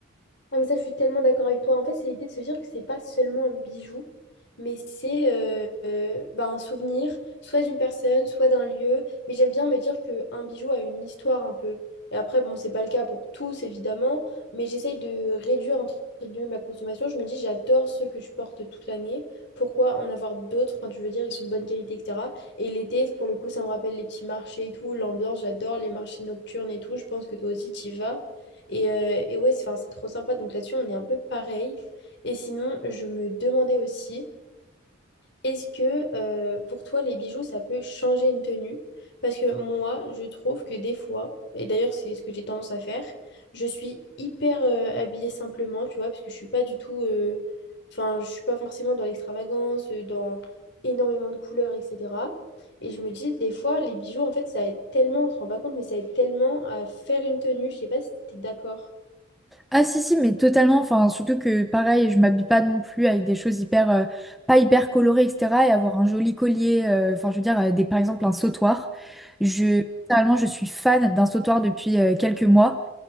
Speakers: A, on the left; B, in the centre.
A: Ah mais ça, je suis tellement d'accord avec toi. En fait, c'est l'idée de se dire que c'est pas seulement un bijou, mais c'est euh, euh, bah, un souvenir, soit d'une personne, soit d'un lieu. Mais j'aime bien me dire qu'un bijou a une histoire un peu. Et après, bon, c'est pas le cas pour tous, évidemment, mais j'essaye de réduire, entre guillemets, ma consommation. Je me dis, j'adore ceux que je porte toute l'année. Pourquoi en avoir d'autres? Enfin, je veux dire, ils sont de bonne qualité, etc. Et l'été, pour le coup, ça me rappelle les petits marchés et tout, l'ambiance, j'adore les marchés nocturnes et tout. Je pense que toi aussi, tu y vas. Et, euh, et ouais, c'est 'fin, c'est trop sympa. Donc là-dessus, on est un peu pareil. Et sinon, je me demandais aussi, est-ce que euh, pour toi, les bijoux, ça peut changer une tenue? Parce que moi, je trouve que des fois, et d'ailleurs, c'est ce que j'ai tendance à faire, je suis hyper euh, habillée simplement, tu vois, parce que je suis pas du tout. euh, Enfin, je suis pas forcément dans l'extravagance, euh, dans énormément de couleurs, etc. Et je me dis, des fois, les bijoux, en fait, ça aide tellement, on se rend pas compte, mais ça aide tellement à faire une tenue. Je sais pas si t'es d'accord.
B: Ah si si mais totalement enfin surtout que pareil je m'habille pas non plus avec des choses hyper euh, pas hyper colorées etc et avoir un joli collier euh, enfin je veux dire euh, des par exemple un sautoir je littéralement je suis fan d'un sautoir depuis euh, quelques mois